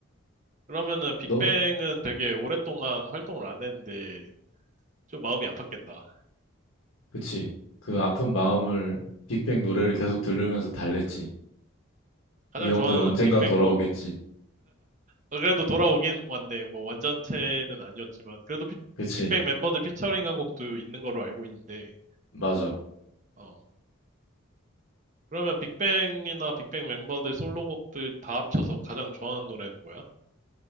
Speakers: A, on the right (about 35°); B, on the left (about 75°).
A: 그러면은 빅뱅은
B: 너,
A: 되게 오랫동안 활동을 안 했는데 좀 마음이 아팠겠다.
B: 그치. 그 아픈 마음을 빅뱅 노래를 계속 들으면서 달랬지.
A: 가장
B: 이 형들
A: 좋아하는
B: 언젠간
A: 빅뱅
B: 돌아오겠지.
A: 노 어, 그래도 돌아오긴 왔네. 뭐 완전체는 아니었지만 그래도 피-
B: 그치.
A: 빅뱅 멤버들 피처링한 곡도 있는 거로 알고 있는데.
B: 맞아.
A: 어. 그러면 빅뱅이나 빅뱅 멤버들 솔로곡들 다 합쳐서 가장 좋아하는 노래는 뭐야?